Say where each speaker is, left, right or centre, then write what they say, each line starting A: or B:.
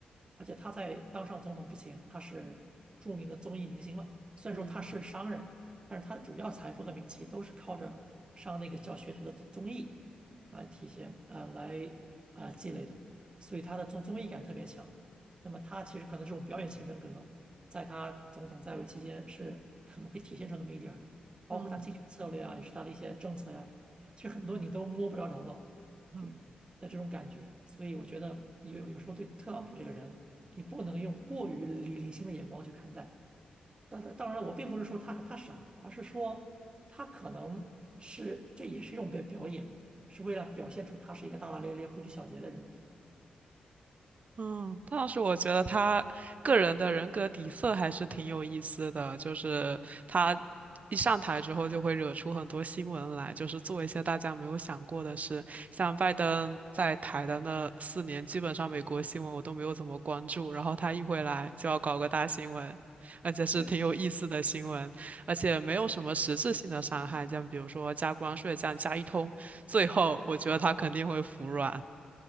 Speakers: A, on the right (about 30°); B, on the right (about 50°).
A: 而且他在当上总统之前，他是著名的综艺明星嘛。虽然说他是商人，
B: 嗯
A: 但是他的主要财富和名气都是靠着上那个叫学徒的综综艺来体现啊呃来啊、呃积累的，所以他的综综艺感特别强。那么他其实可能这种表演型人格，在他总统在位期间是可能会体现出那么一点儿的，包括他竞选策略啊，
B: 嗯嗯
A: 也是他的一些政策呀、其实很多你都摸不着头脑。
B: 嗯。
A: 就的这种感觉。所以我觉得有有时候对特朗普这个人，你不能用过于理理性的眼光去看待。当然，当然了，我并不是说他他傻，而是说他可能是这也是一种表表演，是为了表现出他是一个大大咧咧、不拘小节的人。
B: 嗯，但是我觉得他个人的人格底色还是挺有意思的，就是他一上台之后就会惹出很多新闻来，就是做一些大家没有想过的事。像拜登在台的那四年，基本上美国新闻我都没有怎么关注，然后他一回来就要搞个大新闻，而且是挺有意思的新闻，
A: 对，是，
B: 而且没有什么实质性的伤害，像比如说加关税这样加一通，最后我觉得他肯定会服软。